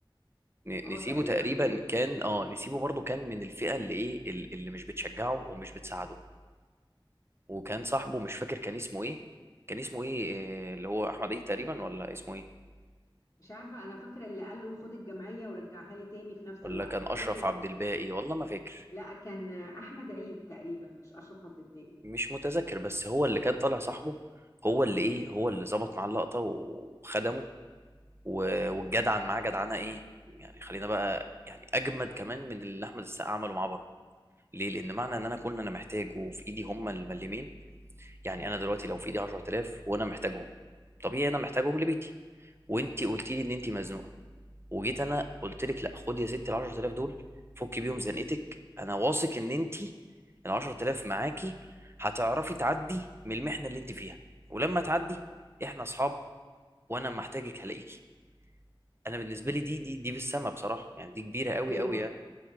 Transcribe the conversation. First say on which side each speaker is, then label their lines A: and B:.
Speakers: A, on the right; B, on the left.
A: ن-
B: اه
A: نسيبه
B: تقريبا
A: تقريبا
B: جوز اخته
A: كان اه نسيبه برضو كان من الفئه اللي ايه ال- اللي مش بتشجعه ومش بتساعده وكان صاحبه مش فاكر كان اسمه ايه كان اسمه ايه آه، اللي هو احمد عيد تقريبا ولا اسمه ايه
B: مش عارفة أنا فاكرة اللي قال له خد الجمعية ورجعها لي تاني في نفس
A: ولا
B: الوقت
A: كان
B: حاجة
A: اشرف
B: كده
A: عبد الباقي والله ما فاكر
B: لا كان أحمد عيد تقريبا مش أشرف عبد الباقي لا
A: مش متذكر بس هو اللي كان طالع صاحبه هو اللي ايه هو اللي ظبط معاه اللقطه وخدمه و- والجدعن معاه جدعنه ايه يعني خلينا بقى يعني اجمد كمان من اللي احمد السقا عمله معاه بره ليه لان معنى ان انا كنت انا محتاج وفي ايدي هم المليمين يعني انا دلوقتي لو في ايدي 10000 وانا محتاجهم طبيعي انا محتاجهم لبيتي وانت قلتي لي ان انت مزنوقه وجيت انا قلت لك لا خد يا ستي ال 10000 دول فكي بيهم زنقتك انا واثق ان انت ال 10000 معاكي هتعرفي تعدي من المحنه اللي انت فيها ولما تعدي احنا اصحاب وانا لما احتاجك هلاقيكي انا بالنسبه لي دي دي دي بالسما بصراحه يعني دي كبيره قوي
B: أيوه
A: قوي يعني